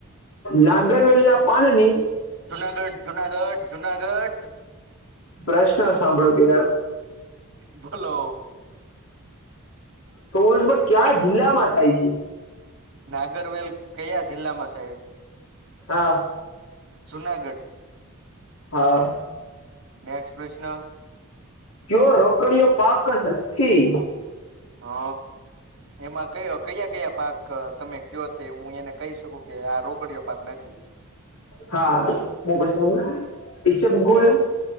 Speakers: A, on the left; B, on the right.
A: નાગરવેલના પાંદની
B: જુનાગઢ, જુનાગઢ, જુનાગઢ.
A: પ્રશ્ન સાંભળો પેલા.
B: બોલો.
A: સૌરષ્ટ્રમાં ક્યા જિલ્લા માં થાય છે.
B: નાગરવેલ કયા જિલ્લા માં થાય.
A: હા.
B: જુનાગઢ.
A: હા.
B: નેક્સ્ટ પ્રશ્ન.
A: કયો રોકડીયો પાક નથી.
B: અ એમાં કયો કયા કયા પાક તમે કયો તે હું એને કહી શકું કે આ રોકડીઓ નથી.
A: હા <unintelligible> ઈશબ ગુલ.